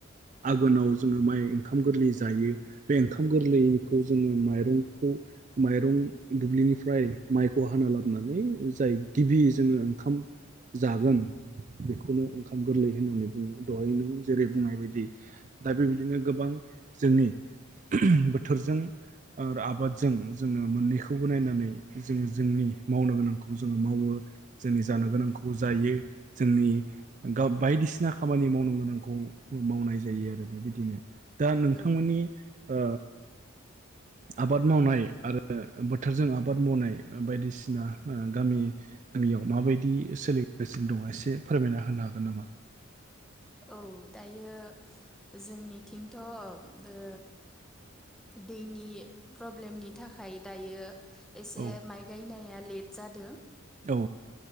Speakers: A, on the right (about 35°); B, in the centre.
A: आघोनाव जोङो माइ ओंखाम गोरलै जायो बे ओंखाम गोरलैखौ जोङो माइरंखौ माइरं दुब्लिनिफ्राय माइखौ हाना लाबोनानै जाय गिबि जोङो ओंखाम जागोन बेखौनो ओंखाम गोरलै होननानै बुं बुङो दहै नों जेरै बुंनाय बायदि दा बेबायदिनो गोबां जोंनि बोथोरजों आरो आबादजों जोङो मोननैखौबो नायनानै जोङो जोंनि मावनो गोनांखौ जोङो मावो जोंनि जानो गोनांखौ
B: औ
A: जायो जोंनि गाव बायदिसिना खामानि मावनो गोनांखौ मावनाय जायो आरो बेबायदिनो दा नोंथांमोननि
B: औ
A: ओ आबाद मावनाय आरो बोथोरजों आबाद मावनाय बायदिसिना गामियाव माबायदि सोलिगासिनो दङ एसे फोरमायना होनो हागोन नामा
B: औ दायो जोंनि थिंथ' ओ दैनि प्रब्लेमनि थाखाय दायो एसे
A: औ
B: माइ गायनाय आ लेट जादों
A: औ